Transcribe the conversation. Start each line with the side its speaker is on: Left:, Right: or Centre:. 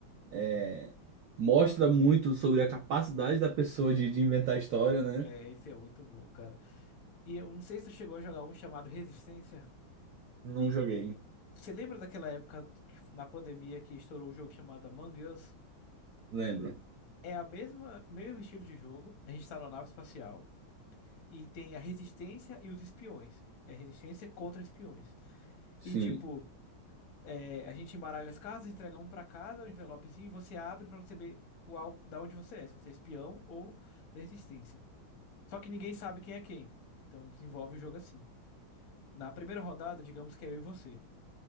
Right: é, mostra muito sobre a capacidade da pessoa de, de inventar história, né?
Left: É, esse é muito bom, cara. E eu não sei se tu chegou a jogar um chamado Resistência.
Right: Não joguei,
Left: Você lembra daquela época que f- na pandemia que estourou o jogo chamado Among Us?
Right: lembro.
Left: É a mesma, mesmo estilo de jogo. A gente tá na nave espacial. E tem a resistência e os espiões. É resistência contra espiões.
Right: Sim,
Left: E tipo, é, a gente embaralha as cartas, entrega um pra cada, um envelopezinho, e você abre pra você ver qual, da onde você é, se você é espião ou da resistência. Só que ninguém sabe quem é quem. Então desenvolve o jogo assim. Na primeira rodada, digamos que é eu e você.